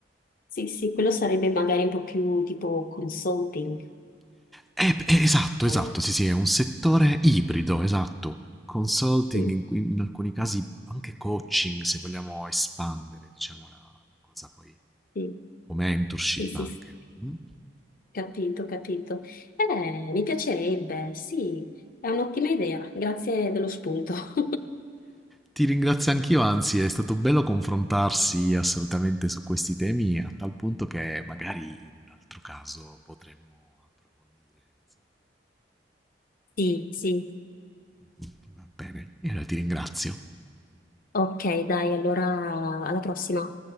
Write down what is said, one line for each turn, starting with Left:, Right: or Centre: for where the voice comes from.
Left: Sì, sì, quello sarebbe magari un po' più tipo consulting.
Centre: Eh, eh, esatto, esatto,
Left: o-
Centre: sì, sì, è un settore ibrido, esatto. Consulting,
Left: Sì,
Centre: in, in alcuni casi anche coaching, se vogliamo espandere, diciamo, la, la cosa poi,
Left: sì,
Centre: o mentorship
Left: sì, sì,
Centre: anche.
Left: sì,
Centre: Mm?
Left: capito, capito. Eh, mi piacerebbe, sì, è un'ottima idea, grazie dello spunto. <laughs>
Centre: Ti ringrazio anch'io, anzi, è stato bello confrontarsi assolutamente su questi temi, a tal punto che magari in un altro caso potremmo approfondire,
Left: Sì, sì,
Centre: insomma. Va bene, e allora ti ringrazio.
Left: ok, dai, allora alla prossima.